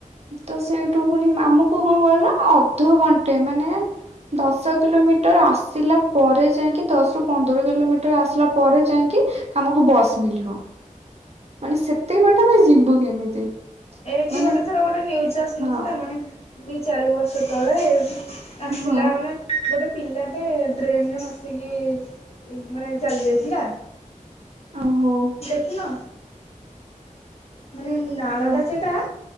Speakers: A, on the right (about 50°); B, on the left (about 50°).
A: ତ ସେଇଠୁ ପୁଣି ଆମକୁ କଣ କହିଲ ଅଧଘଣ୍ଟେ ମାନେ ଦଶ କିଲୋମିଟର ଆସିଲା ପରେ ଯାଁଇକି ଦଶ ରୁ ପନ୍ଦର କିଲୋମିଟର ଆସିଲା ପରେ ଯାଁଇକି ଆମକୁ ବସ୍ ମିଳିବ ମାନେ ସେତିକି ବାଟ ଆମେ ଯିବୁ କେମିତି?
B: ଏଇ
A: ମାନେ
B: ଗୋଟେ ଥର ଗୋଟେ ନ୍ୟୁଜ୍ ଆସ
A: ହଁ
B: ନଥିଲା ମାନେ ଦି ଚାରି ବର୍ଷ ତଳେ ଆସିଲାବେଲେ
A: ହଁ
B: ଗୋଟେ ପିଲାଟେ ଡ୍ରେନରେ ଭାସିକି ମାନେ ଚାଲି ଯାଇଥିଲା।
A: ଓହୋ।
B: ଦେଖିନ? ମାନେ ନାଳଟା
A: ତ
B: ସେଟା